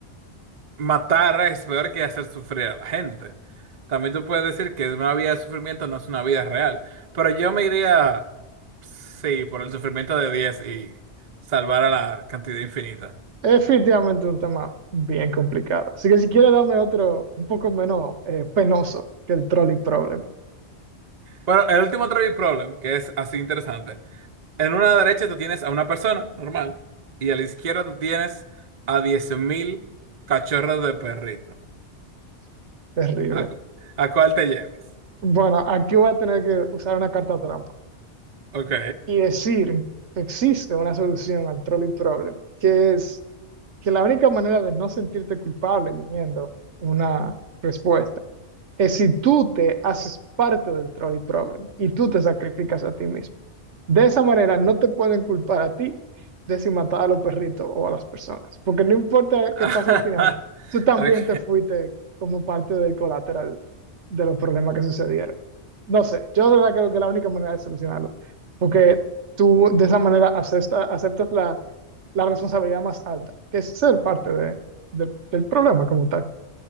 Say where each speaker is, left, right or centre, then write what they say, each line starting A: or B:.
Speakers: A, on the right (about 40°); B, on the right (about 80°).
A: matar es peor que hacer sufrir a la gente. También tú puedes decir que una vida de sufrimiento no es una vida real. Pero yo me iría, sí, por el sufrimiento de 10 y salvar a la cantidad infinita.
B: Es definitivamente un tema bien complicado. Así que si quieres dame otro un poco menos eh, penoso que el trolley problem.
A: Bueno, el último trivia problem, que es así interesante, En una derecha tú tienes a una persona normal y a la izquierda tú tienes a 10.000 cachorros de perrito.
B: Terrible.
A: ¿A, cu- a cuál te llevas?
B: Bueno, aquí voy a tener que usar una carta trampa.
A: Ok.
B: y decir que existe una solución al trolley problem, que es que la única manera de no sentirte culpable eligiendo una respuesta es si tú te haces parte del trolley problem y tú te sacrificas a ti mismo. De esa manera no te pueden culpar a ti de si matar a los perritos o a las personas, porque no importa
A: <laughs>
B: qué pase al final, tú también
A: Ok.
B: te fuiste como parte del colateral de los problemas que sucedieron. No sé, yo de verdad creo que la única manera de solucionarlo porque tú de esa manera acepta- aceptas la, la responsabilidad más alta, que es ser parte de- del del problema como tal.